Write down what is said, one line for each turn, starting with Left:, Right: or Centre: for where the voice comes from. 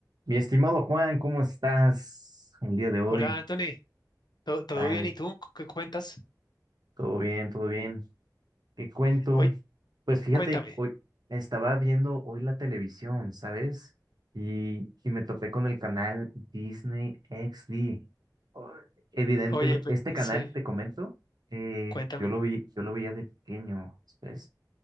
Right: Mi estimado Juan, ¿cómo estás el día de hoy?
Left: Hola, Anthony. ¿Todo, todo
Right: Tal,
Left: bien? ¿Y tú? ¿Qué cuentas?
Right: todo bien, todo bien. ¿Qué cuento?
Left: Oye,
Right: Pues fíjate,
Left: cuéntame.
Right: hoy estaba viendo hoy la televisión, ¿sabes? Y, y me topé con el canal Disney XD. Oh, Evidentemente,
Left: Oye, pero,
Right: este canal,
Left: sí,
Right: te comento, eh,
Left: cuéntame.
Right: yo lo vi, yo lo veía de pequeño, ¿sabes?